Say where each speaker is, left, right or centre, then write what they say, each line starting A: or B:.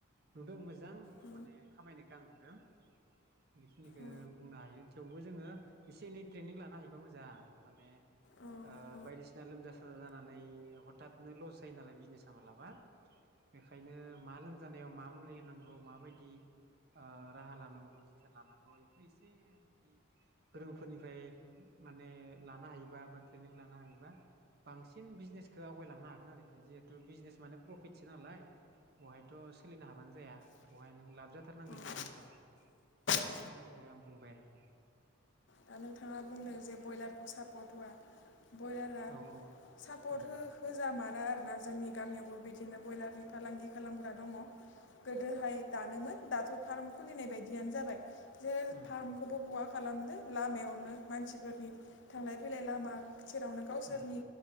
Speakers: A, on the right; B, on the left.
A: नुदों मोजां
B: औ
A: माने खामायनायखौ आं नुदों बेखिनिखौ
B: औ
A: बुंनो हायो थेवबो जोङो एसे एनै ट्रेनिं लानो हायोबा मोजां माने
B: औ औ
A: ओ बायदिसिना लोमजा साजा जानानै हथात नो लस जायो नालाय बिजनेसा मालाबा बेनखायनो मा लोमजानायाव मा मुलि होन होनांगौ माबायदि ओ राहा लानांगौ जोथोन लानांगौ बेखौ एसे एनै गोरोंफोरनिफ्राय माने लानो हायोबा बा ट्रेनिं लानो हायोबा बांसिन बिजनेसखौ आवगायलांनो हागोन आरोखि जिहेतु बिजनेस माने प्रफिटसो नालाय बहायथ' सोलिनो हाबानो जाया बहाय नों लाबजाथारनांगोन
B: औ
A: बिजनेसाव थ'
B: औ
A: बेखिनिखौ आं बुंबाय आरोखि
B: दा नोंथाङा बुंदों जे ब्रयलारखौ सापर्ट होआ ब्रयलारा
A: औ औ
B: सापर्ट
A: उम
B: हो होजामानो दा आरोना जोंनि गामियावबो बिदिनो ब्रयलारनि फालांगि खालामग्रा दङ गोदोहाय दानोमोन दाथ' फार्म खुलिनाय बायदियानो जाबाय जेरै
A: उम
B: फार्मखौबो बहा खालामदो लामायावनो मानसिफोरनि थांलाय फैलाय लामा सेरावनो गावसोरनि
A: उम उम